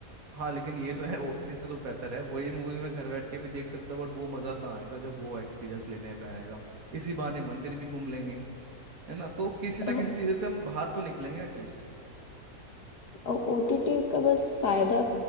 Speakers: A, on the right (about 60°); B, on the left (about 75°).
A: हाँ लेकिन ये तो है ओटीटी से तो बेहतर है वही मूवी मैं घर बैठ के भी देख सकता हूँ बट वो मज़ा कहाँ आएगा जब वो एक्सपीरियंस लेने में आएगा इसी बहाने मंदिर भी घूम लेंगे है ना तो किसी ना
B: हम्म।
A: किसी चीज़ से हम बाहर तो निकलेंगे एटलीस्ट
B: और ओटीटी का बस फायदा